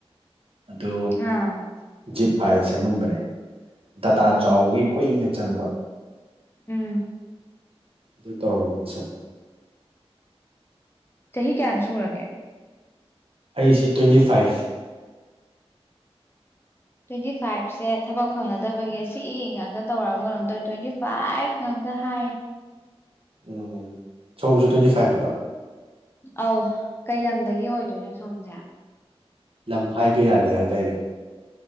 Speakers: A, on the right; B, on the left.
A: ꯑꯗꯨ
B: ꯑꯥ
A: ꯖꯤꯞ ꯐꯥꯏꯜ ꯁꯦꯝꯃꯝꯕꯅꯦ ꯗꯇꯥ
B: ꯎꯝ
A: ꯆꯥꯎꯕꯒꯤ ꯀꯨꯏꯅ ꯆꯪꯕ
B: ꯎꯝ
A: ꯑꯗꯨ ꯇꯧꯔꯝꯕꯅꯤ ꯁꯨꯝ
B: ꯆꯍꯤ ꯀꯌꯥꯝ ꯁꯨꯔꯒꯦ
A: ꯑꯩꯁꯤ ꯇ꯭ꯋꯦꯟꯇꯤ ꯐꯥꯏꯚ
B: ꯇ꯭ꯋꯦꯟꯇꯤ ꯐꯥꯏꯚꯁꯦ ꯊꯕꯛ ꯐꯪꯅꯗꯕꯒꯤ ꯁꯤ ꯉꯥꯛꯇꯥ ꯇꯧꯔꯕ ꯀꯩꯅꯣꯝ ꯇꯧꯋꯦ ꯇ꯭ꯋꯦꯟꯇꯤ ꯐꯥꯏꯚ ꯉꯥꯛꯗꯥ ꯍꯥꯏ
A: ꯎꯝ ꯁꯣꯝꯁꯨ ꯇ꯭ꯋꯦꯟꯇꯤ ꯐꯥꯏꯚ ꯂꯥ
B: ꯑꯧ ꯀꯩ ꯂꯝꯗꯥꯒꯤ ꯑꯣꯏꯗꯣꯏꯅꯣ ꯁꯣꯝꯁꯦ
A: ꯂꯝ ꯍꯥꯏꯕ ꯌꯥꯗꯦ ꯍꯥꯏꯗꯥꯏꯅꯦ